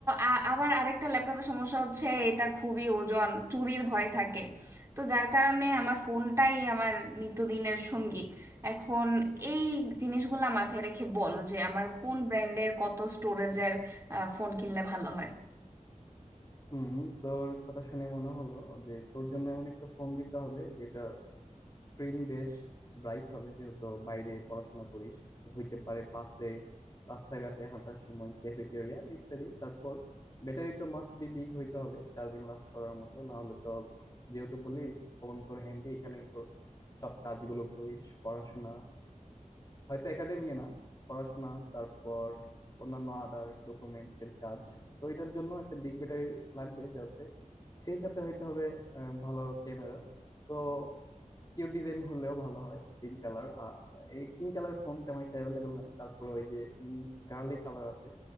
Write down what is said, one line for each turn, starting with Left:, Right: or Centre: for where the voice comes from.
Right: আ- আবার আরেকটা ল্যাপটপের সমস্যা হচ্ছে এটা খুবই ওজন চুরির ভয় থাকে তো যার কারণে আমার ফোনটাই আমার নিত্যদিনের সঙ্গী এখন এই জিনিসগুলা মাথায় রেখে বল যে আমার কোন ব্র্যান্ডের কত স্টোরেজের ফোন কিনলে ভালো হয়
Left: হুম তোর কথা শুনে মনে হলো যে তোর জন্য এমন একটা ফোন দিতে হবে যেটার স্ক্রিন বেশ ব্রাইট হবে যেহেতু বাইরে পড়াশোনা করিস হইতে পারে পাশে রাস্তাঘাটে হাঁটার সময় ক্যাফেটেরিয়া ইত্যাদি তারপর ব্যাটারি তো মাস্ট বি বিগ হইতে হবে সারাদিন লাস্ট করার মতো না হলে তো যেহেতু বলি ফোন তোর হ্যান্ডে এখানেই তোর সব কাজগুলো করিস পড়াশোনা হয়তো একাডেমি না পড়াশোনা তারপর অন্যান্য আদার ডকুমেন্টস এর কাজ তো এটার জন্য একটা বিগ ব্যাটারি লাগবে যাতে সেই সাথে হইতে হবে আহ, ভালো ক্যামেরা তো কিউ ডিজাইন হলেও ভালো হয় পিঙ্ক কালার এই পিঙ্ক কালার ফোন তেমন একটা অ্যাভেলেবেল নাই তারপর ওই যে গার্লি কালার আছে